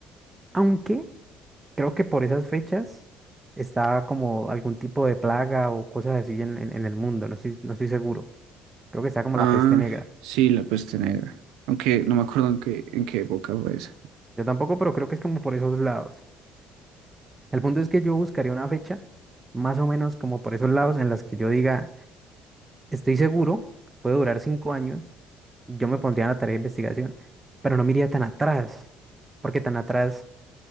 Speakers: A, on the right; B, on the right.
A: aunque creo que por esas fechas está como algún tipo de plaga o cosas así en, en- en el mundo, no estoy, no estoy seguro. Creo que está como
B: Ah,
A: la peste negra.
B: sí, la peste negra. Aunque no me acuerdo en qué, en qué época fue esa.
A: Yo tampoco, pero creo que es como por esos lados. El punto es que yo buscaría una fecha, más o menos como por esos lados, en las que yo diga, estoy seguro, puede durar cinco años, yo me pondría en la tarea de investigación, pero no me iría tan atrás, porque tan atrás